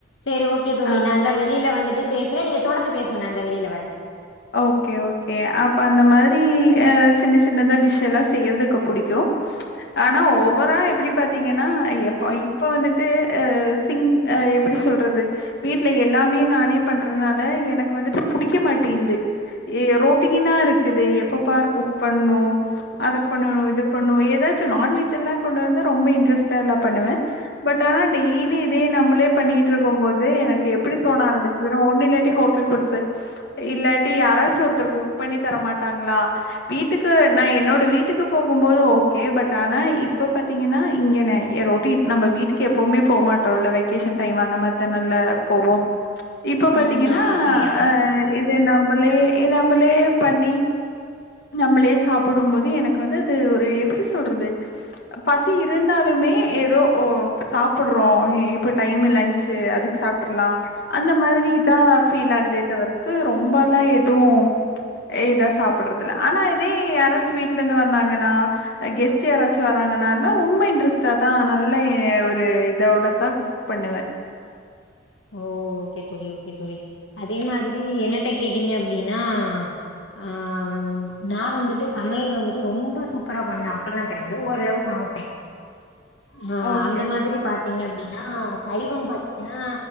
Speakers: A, on the left; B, on the left.
A: செரி ஓகே தோழி
B: ஆ
A: நா இந்த வெளில வந்துட்டு பேசுவே நீங்க தொடந்து பேசுங்க நா இந்தா வெளில வரே
B: ஓகே ஓகே அப்ப அந்த மாரி அ சின்ன சின்னதா டிஷ் எல்லா செய்யறதுக்கு புடிக்கு ஆனா ஓவரா எப்பிடி பாத்தீங்கன்னா எப்போ இப்போ வந்துட்டு அ சின் அ எப்புடி சொல்றது வீட்ல எல்லாமே நானே பண்றதுனால எனக்கு வந்துட்டு புடிக்க மாட்டேந்து ஏ ரோட்டீனா இருக்குது எப்ப பாரு குக் பண்ணு அத பண்ணணு இது பண்ணு ஏதாச்சு நான்வெஜ் எல்லா கொண்டு வந்தா ரொம்ப இன்ட்ரெஸ்ட்டா எல்லா பண்ணுவே பட் ஆனா டெய்லி இதே நம்மளே பண்ணிட்ருக்கு போது எனக்கு எப்பிடி தோண ஆரம்பிச்சதுனா ஒன்னு இல்லாட்டி ஹோட்டல் ஃபுட்ஸ் இல்லாட் டி யாராச்சு ஒருத்தர் குக் பண்ணி தரமாட்டாங்ளா வீட்டுக்கு நா என்னோட வீட்டுக்கு போகு போது ஓகே பட் ஆனா இப்ப பாத்தீங்கன்னா இங்கென எ ரொட் டீன் நம்ப வீட்டுக்கு எப்பவுமே போ மாட்டோல வெக்கேஷன் டைம் அந்த மாத் தானல்ல போவோ இப்ப பாத்தீங்கன்னா
A: ம் ஆமா தோழி ஆமா
B: அ இது நம்பளே எ நம்பளே பண்ணி நம்புளே சாப்புடு போது எனக்கு வந்து அது ஒரு எப்பிடி சொல்றது பசி இருந்தாலுமே ஏதோ ஓ சாப்புட்றோ இப்ப டைம் லன் ச் அதுக்கு சாப்டுர்லா அந்த மாரி தா ஃபீல் ஆகுதே தவிர்த்து ரொம்ப நா எதுவு இதா சாப்டறது இல்ல ஆனா இதே யாராச்சு வீட்ல இருந்து வந்தாங்கன்னா கெஸ்ட் யாராச்சு வராங்கனாலு ரொம்ப இன்ட்ரெஸ்டா தா நல்ல ஒரு இதோட தா குக் பண்ணுவே
A: ஓ ஓகே தோழி ஓகே தோழி அதே மாதிரி என்னட்ட கேட்டீங்க அப்டினா ஆ ம் நா வந்துட்டு சமையல் வந்துட்டு ரொம்ப சூப்பரா பண்ணுவே அப்புல்லா கெடையாது ஓரளவு சமப்பே ஆ
B: ஓகே
A: அந்த
B: ஓகே
A: மாதிரி பாத்தீங்க அப்டினா சைவம் பாத் தினா